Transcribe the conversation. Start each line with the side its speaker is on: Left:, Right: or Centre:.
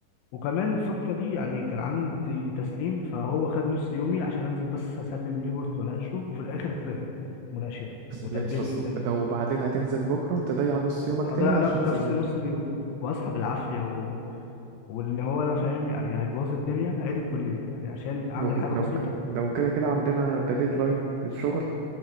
Left: وكمان الفترة دي يعني كان عندي تسليم فهو خد نص يومي عشان أنزل بس أسلم ريبورت وأناقشه وفي الآخر اتلغى مناقشته
Right: مسلمتش
Left: واتأجلت
Right: اصلا
Left: لتاني
Right: ده
Left: يوم.
Right: وبعدين هتنزل بكرة تضيع نص يومك
Left: هضيع
Right: تاني علشان
Left: ن- نفس
Right: تسلمه
Left: نص اليوم وأصحى بالعافية و... واللي هو أنا فاهم يعني هيبوظ الدنيا عيد الكلية يعني عشان أعمل
Right: ممكن
Left: حاجة
Right: لو
Left: بسيطة
Right: ك- لو كده كده عندنا ده ديدلاين في الشغل